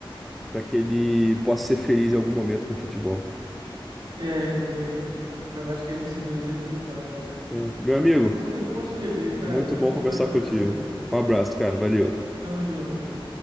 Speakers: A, in the centre; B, on the right (about 55°).
A: para que ele possa ser feliz em algum momento com o futebol.
B: É, porque p- pra vascaíno ser feliz é complicado, cara.
A: É. Meu amigo,
B: Mas foi muito bom te rever, cara.
A: muito
B: Muito
A: bom
B: bom
A: conversar
B: conversar
A: contigo.
B: com você.
A: Um abraço, cara. Valeu.
B: Tamo junto.